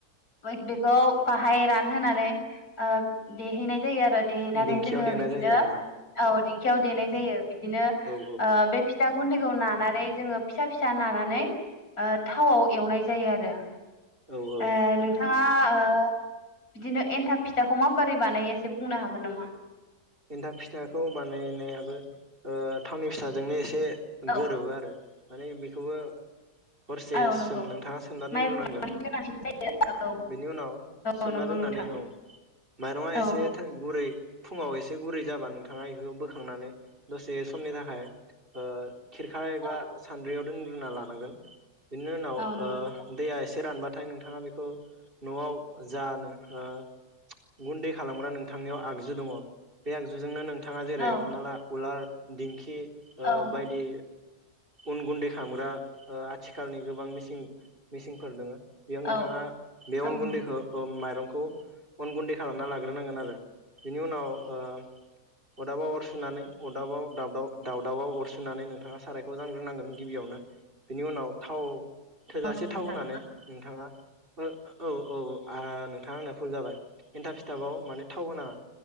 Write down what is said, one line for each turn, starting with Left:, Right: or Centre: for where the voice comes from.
Left: बे-बेखौ बाहाय रानहोनानै ओ देहैनाय जायो आरो देहैनानै
Right: दिंखियाव
Left: जोङो
Right: देनाय
Left: बिदिनो
Right: जायो आरोना
Left: औ दिंखियाव देनाय जायो बिदिनो
Right: औ
Left: ओ बे फिथा गुन्दै खौ नानानै जोङो फिसा फिसा नानानै ओ थावआव एवनाय जायो आरो <unintelligible>
Right: औ
Left: ओ
Right: औ
Left: नोंथाङा ओ बिदिनो एन्थाब फिथाखौ माबोरै बानायो एसे बुंनो हागोन नामा
Right: एन्थाब फिथाखौ बानायनायाबो थावनि फिथाजोंनो एसे
Left: औ
Right: गोरोबो आरो माने बिखौबो हरसे
Left: औ नंगौ
Right: सोम नोंथाङा सोमना
Left: माइब्रानि
Right: दोनग्रोनांगोन
Left: गोनांथि जायो औ
Right: बेनि उनाव सोमना
Left: औ नंगौ
Right: दोननानै
Left: नोंथां
Right: औ माइरङा
Left: औ
Right: एसे था गुरै फुङाव एसे एसे गुरै जाबा नोंथाङा इखौ बोखांनानै दसे समनि थाखाय ओ खेरखा एबा
Left: औ
Right: सान्द्रियाव रोंग्रोना लानांगोन बिनि उनाव
Left: औ नंगौ
Right: ओ
Left: नोंथां
Right: दैया एसे रानबा नाथाय नोंथाङा बेखौ नआव जानो ओ गुन्दै खालामग्रा नोंथांनियाव आगजु दङ बे आगजुजोंनो नों थाङा जेरै
Left: औ
Right: हमना ला उलार दिंखि ओ
Left: औ
Right: बायदि उन गुन्दै खामग्रा आथिखालनि गोबां मिसिं मिसिंफोर दोङो बेयाव नोंथाङा
Left: औ
Right: बे
Left: औ
Right: अन गुन्दैखौ
Left: नंगौ
Right: ओ माइरं खौ अन गुन्दै खालामना लाग्रोनांगोन आरो बिनि उनाव ओ अदाबाव अर सुनानै अदाबाव दावदाब दावदावाव अर सुनानै नोंथाङा सारायखौ जानग्रोनांगोन गिबियावनो बिनि उनाव थाव थोजासे
Left: औ नंगौ
Right: टाउ
Left: नोंथां
Right: होनानै नोंथाङा ओ औ औ ओ नोंथाङा आंनो भुल जाबाय एनथाब थाबाव माने थाव होनाङा